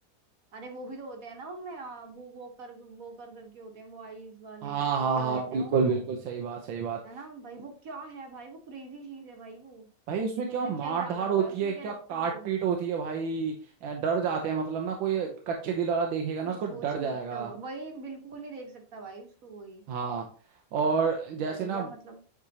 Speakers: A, on the right; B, on the right.
A: अरे वो भी तो होते हैं ना उनमें आ, वो वो कर वो कर करके होते हैं वो आईज वाले
B: हाँ हाँ
A: वो क्या
B: हाँ
A: कहते
B: बिल्कुल
A: हैं उनको
B: बिल्कुल सही बात सही बात
A: है ना भाई वो क्या है भाई वो क्रेजी चीज है भाई वो
B: भाई उसमें
A: उन्होंने
B: क्या मार
A: क्या ही डाला
B: धाड़
A: हुआ
B: होती
A: है उसमें
B: है क्या
A: कैरेक्टर
B: काट
A: वो
B: पीट होती है भाई अ, डर जाते हैं मतलब ना कोई कच्चे दिल वाला देखेगा
A: कुछ
B: ना उसको
A: सोच
B: डर
A: नहीं
B: जाएगा
A: सकता वही बिल्कुल नहीं देख सकता भाई उसको कोई
B: हाँ और जैसे
A: बढ़िया
B: ना
A: मतलब